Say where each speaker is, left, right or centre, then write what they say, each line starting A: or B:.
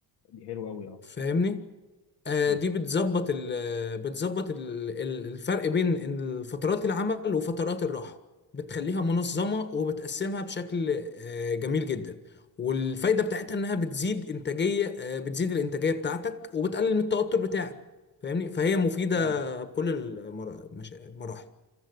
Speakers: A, on the left; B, on the left.
A: دي حلوه قوي اه
B: فاهمني آه،
A: مم.
B: دي بتظبط ال بتظبط ال- ال- الفرق بين إن فترات العمل وفترات الراحة بتخليها منظمة وبتقسمها بشكل آه، جميل جدا والفايدة بتاعتها إنها بتزيد إنتاجية آه، بتزيد الإنتاجية بتاعتك وبتقلل من التوتر بتاعك فاهمني فهي مفيدة
A: فعلا
B: بكل المرا- المشا- المراحل